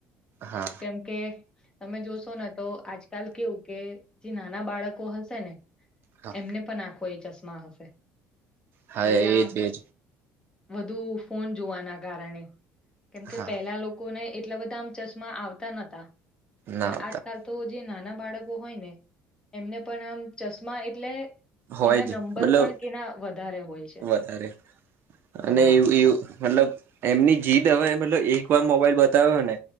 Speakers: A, on the right; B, on the left.
A: હા
B: કેમકે તમે જોશો ને તો આજ કલ કેવું કે જે નાના બાળકો હશે, ને
A: હા
B: એમને પણ આપ કો ચશ્માા હશે,
A: હા,
B: એ
A: એજ
B: આ
A: એજ
B: વધુ ફોન જોવાના કારણે કેમકે
A: હા
B: પહેલા લોકોને એટલા બધા આમ ચશ્મા આવતા નહતા
A: ના
B: અને
A: હોતા
B: આજકાલ તો, જે નાના બાળકો હોય, ને એમને પણ આમ ચશ્મા એટલે
A: હોય
B: એના
A: જ
B: નંબર
A: મતલબ
B: પણ કેના વધારે હોય છે,
A: વધારે અને
B: હા
A: મતલબ એમની જીત હવે મતલબ એક વાર મોબાઈલ બતાવ્યોને